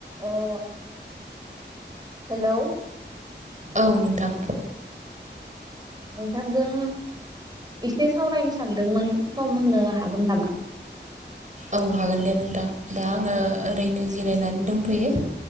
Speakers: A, on the right; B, on the right.
A: अ र' हेलौ
B: औ नोंथां
A: नोंथांजों एसे सावरायनो सानदोंमोन सम होनो हागोन नामा
B: औ हागोन दे नोंथां दा आङो ओरैनो जिरायनानै दंथयो